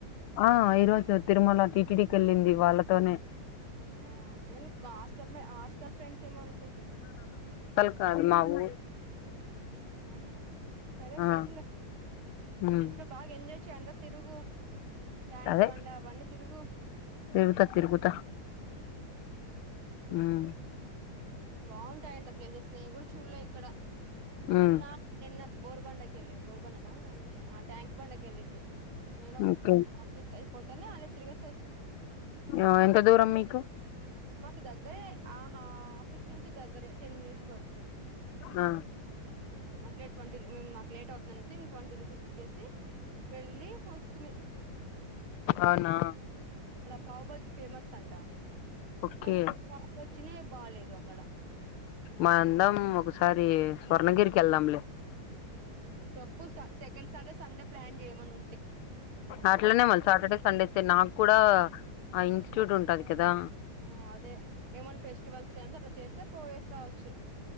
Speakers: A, on the left; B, on the right.
A: ఆ ఈరోజు తిరుమల టీటీడి కి వెళ్ళింది వాళ్ళతోనే
B: ఆహా నేను హాస్టల్ హాస్టల్ ఫ్రెండ్స్ ఏమో అనుకుంటి
A: క మావు
B: హ్మ్ హు సరే
A: ఆ
B: సరలే
A: ఉమ్
B: ఎట్లో బాగ ఎంజాయ చేఅంత తిరుగు ట్యాంక్
A: అదే
B: బండా అవన్నీ తిరుగు
A: తిరుగుతా తిరుగుతా హ్మ్
B: బాగుంటాయింట ఆ ప్లేసెస్ నేను కూడా చూడలే ఎక్కడ
A: ఉమ్
B: నిన్న నిన్న బోర్ బండక ఎలి బోర్ బండనా ఏందీ ట్యాంక్ బండ కెళ్ళింటి నేను ఒక
A: ఓకే
B: ఆఫీస్ అయి పోతనే అ త్రివీక్స్ వ
A: ఆ ఎంత దూరం మీకు
B: మాకు దగ్గరే ఆహా ఆఫీస్ ఇంటి నుంచి దగ్గరే టెన్ మినిట్స్ పడుతుంది
A: ఆ
B: అట్లే ట్వంటీ ఇగ మాకు లేట్ అవుతుంది అనేసి ఇంగ ట్వంటీరూపీస్ ఇచ్చేసి వెళ్ళి వస్త త్రీ
A: అవునా
B: పావ్బాజీ ఫేమస్ అంట
A: ఓకే
B: కానీ పావ్బాజీ తినేక్ బాలేదు అక్కడ
A: మనందరం ఒకసారి స్వర్ణగిరికి వెళ్దాంలే
B: హు చెప్పు స second Saturday Sunday plan చేయమను
A: అట్లనే మల్ల సాటర్డే సండే సే నాకు కూడా ఆ ఇన్స్టిట్యూట్ ఉంటది కదా
B: ఉ అదే ఏమన్న ఫెస్టివల్స్ టేమ్స్ అట్లా చేస్తే పోయేసి రావచ్చు